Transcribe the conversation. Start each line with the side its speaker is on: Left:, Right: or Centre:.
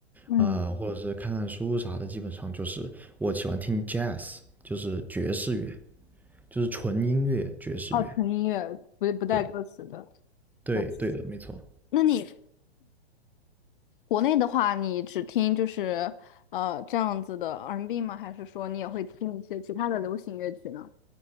Left: 嗯，
Centre: 啊、呃或者是看看书啥的，基本上就是我喜欢听 jazz，就是爵士乐，就是纯音乐爵士乐。
Left: 哦，纯音乐，不不带歌词的。
Centre: 对对对的，
Left: 对
Centre: 没错。
Left: 那你国内的话，你只听就是呃这样子的 R&B 吗？还是说你也会听一些其他的流行乐曲呢？